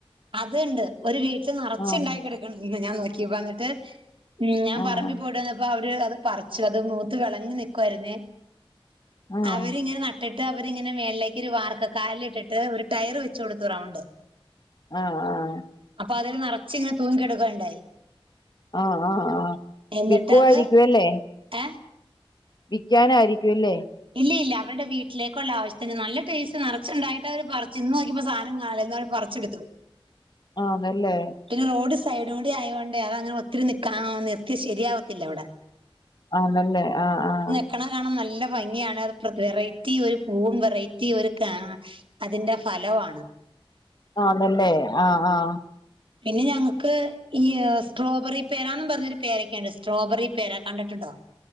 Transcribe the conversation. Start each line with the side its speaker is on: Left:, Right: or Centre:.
Right: അത്ണ്ട് ഒരു വീട്ടില് നറച്ച്ണ്ടായി
Left: ആഹ്
Right: ക്കടുക്കണണ്ട് ഞാൻ നോക്കിപ്പോ അന്നിട്ട് ഉം ഞാൻ
Left: ആഹ്
Right: പറമ്പി പോയിട്ട് വന്നപ്പോ അവര് അത് പറിച്ചു അത് മൂത്ത് വെളഞ്ഞ് നിക്കുവായിരുന്നേ
Left: ആഹ്
Right: അവരിങ്ങനെ നാട്ട് നട്ടിട്ട് അവരിങ്ങന മേളിലേക്ക് ഒരു വാർക്കകാലിലിട്ടിട്ട് ഒരു ടയറ് വെച്ച് കൊടുത്തു റൗണ്ട്
Left: ആഹ് ആഹ്
Right: അപ്പൊ അതില് നറച്ച്ങ്ങനെ തൂങ്ങികടക്കണ്ടായി
Left: ആഹ് ആഹ് ആഹ്
Right: എന്നിട്ടത്
Left: വിക്കുവായിരിക്കും അല്ലേ
Right: ഏഹ്
Left: വിക്കാനായിരിക്കും അല്ലേ
Right: ഇല്ല ഇല്ല അവരുടെ വീട്ടിലേക്കുള്ള ആവശ്യത്തിന് നല്ല ടേസ്റ്റ് നറച്ച്ണ്ടായിട്ട് അവര് പറിച്ചു ഇന്ന് നോക്കിപ്പോ സാദനം കാണില്ല പറച്ചിടുത്തു
Left: ആഹ് അതല്ലേ
Right: പിന്നെ റോഡ് സൈഡ് കൂടി ആയതോണ്ടേ അതങ്ങനെ ഒത്തിരി നിക്കാ നിർത്തിയാൽ ശരിയാവത്തില്ല അവടെ
Left: ആണല്ലേ ആഹ് ആഹ്
Right: കളറ് കാണാൻ നല്ല ഭംഗിയാണ് അത് വെറൈറ്റി ഒരു പൂവും വെറൈറ്റി ഒരു കാ അതിന്റെ ഫലവാണ്
Left: ആഹ് അതല്ലേ ആഹ് ആഹ്
Right: പിന്നെ ഞങ്ങൾക്ക് ഈ സ്ട്രോബെറി പേരരാന്ന് പറഞ്ഞൊരു പേരക്കയുണ്ട് സ്ട്രോബെറി പേര കണ്ടിട്ടുണ്ടോ